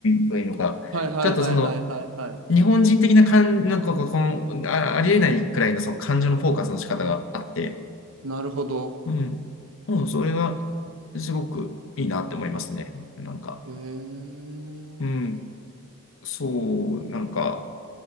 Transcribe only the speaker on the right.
はいはいはいはいはいはい。
なるほど。
へえ。